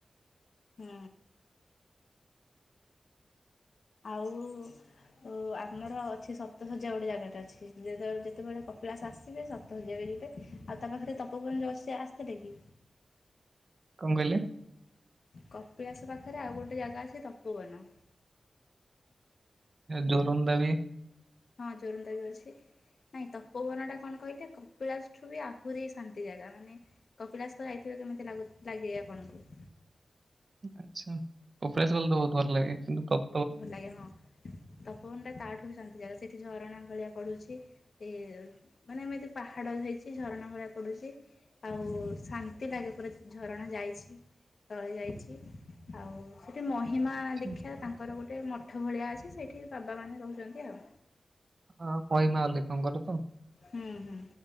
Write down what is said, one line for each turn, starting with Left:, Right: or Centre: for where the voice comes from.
Left: ହୁଁ। ଆଉ। ଉ ଆମର ଅଛି ସପ୍ତସଯ୍ୟା ଗୋଟେ ଜାଗାଟା ଅଛି ଯେତେ ବେଳେ ଯେତେ ବେଳେ କପିଳା ଆସି ସିବେ ସପ୍ତ ସଯ୍ୟା ବି ଯିବେ ଆଉ ତା ପାଖରେ ତପୋବନ ଯୋଉ ଅଛି ଆସିଥିଲେ କି।
Right: କଁ କହିଲେ।
Left: କପିଳାସ ପାଖରେ ଆଉ ଗୋଟେ ଜାଗା ଅଛି ତପୋବନ।
Right: ଯୋଉ ଜୋରନ୍ଦା ବି।
Left: ହଁ ଜୋରନ୍ଦା ବି ଅଛି। ନାଇଁ ତପୋବନ ଟା କଣ କହିଲେ କପିଳାସ ଠୁ ବି ଆହୁରି ଶାନ୍ତି ଜାଗା ମାନେ। କପିଳାସ ତ ଯାଇଥିବେ କେମିତି ଲାଗୁ ଲାଗେ ଆପଣଙ୍କୁ।
Right: ଆଛା କପିଳାସ ଗଲେ ତ ବହୁତ ଭଲ ଲାଗେ କିନ୍ତୁ ତ
Left: ଭଲ ଲାଗେ ହଁ ତପୋବନ ଟା ତାଠୁ ବି ଶାନ୍ତି ଜାଗା ସେଠି ଝରଣା ଭଳିଆ ପଡୁଛି। ଏ ମାନେ ଏମିତି ପାହାଡ ହେଇଚି। ଝରଣା ଭଳିଆ ପଡୁଛି ଆଉ ଶାନ୍ତି ଲାଗେ ପୁରା ଝରଣା ଯାଇଛି। ତଳେ ଯାଇଛି ଆଉ ସେଠି ମହିମା
Right: ଆଚ୍ଛା।
Left: ଦୀକ୍ଷା ତାଙ୍କର ଗୋଟେ ମଠ ଭଳିଆ ଅଛି ସେଇଠି ବାବା ମାନେ ରହୁଛନ୍ତି ଆଉ।
Right: ହଁ ମହିମା ଅଲେଖଙ୍କର ତ।
Left: ହୁଁ ହୁଁ